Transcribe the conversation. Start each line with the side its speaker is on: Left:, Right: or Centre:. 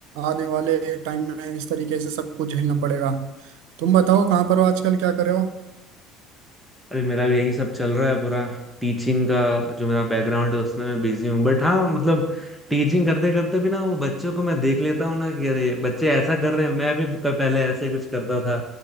Right: आने वाले टाइम में इस तरीके से सब कुछ झेलना पड़ेगा तुम बताओ कहाँ पर हो आजकल क्या कर रहे हो
Centre: अरे मेरा भी यही सब चल रहा है पूरा टीचिंग का जो मेरा बैकग्राउंड है उसमें मैं बिजी हूँ बट हाँ मतलब टीचिंग करते करते भी ना वो बच्चों को मैं देख लेता हूँ ना कि अरे बच्चे ऐसा कर रहे हैं मैं भी क- पहले ऐसे ही कुछ करता था